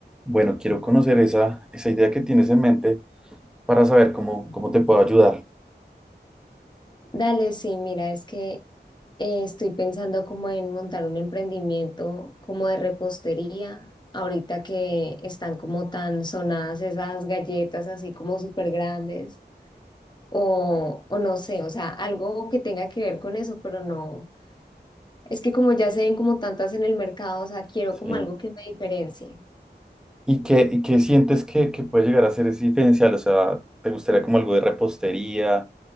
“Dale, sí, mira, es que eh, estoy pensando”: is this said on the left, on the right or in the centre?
Left